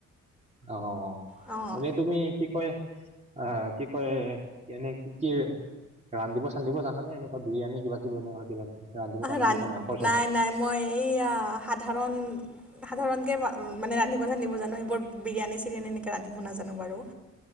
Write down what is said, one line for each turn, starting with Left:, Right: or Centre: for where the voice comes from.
Right: অহ
Centre: অঁ
Right: এনেই তুমি কি কয় আহ কি কয় এনে কি কি ৰান্ধিব চান্ধিব জান নে এনেকুৱা বিৰিয়ানি কিবা কিব এনেকুৱা কিবা কিবি ৰান্ধিব জানানে?
Centre: ৰা
Right: কিবা মাংসৰ চব
Centre: নাই নাই মই এইয়া সাধাৰণ সাধাৰণকে মা মানে ৰান্ধিব চান্ধিব জানো এইবোৰ বিৰিয়ানী চিৰিয়ানী এনেকে ৰান্ধিব নাজানো বাৰু